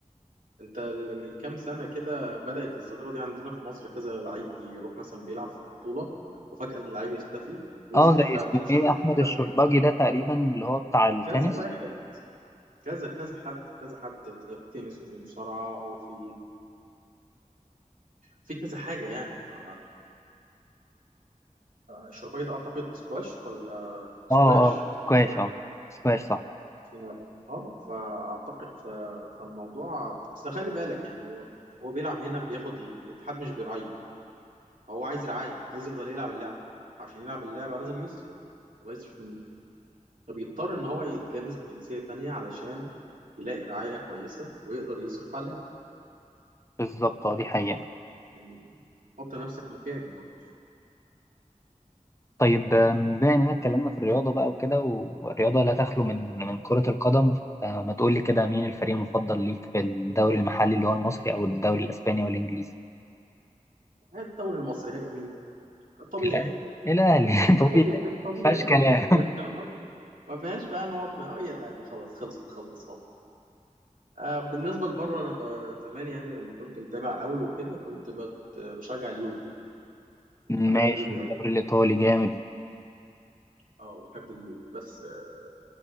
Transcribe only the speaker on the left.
اه زي
اسمه
ايه احمد
الشرباجي ده تقريبا اللي هو بتاع التنس
اه اه سكواش
اه سكواش صح
بالظبط اه دي حقيقة
طيب آم، بما اننا اتكلمنا في الرياضه بقى وكده والرياضه لا تخلو من من كره القدم فما تقول لي كده مين الفريق المفضل ليك في الدوري المحلي اللي هو المصري او الدوري الاسباني او الانجليزي
الاهلي الاهلي <laughs> طبيعي
ما فيهاش
كلام
ماشي
الدوري
الايطالي جامد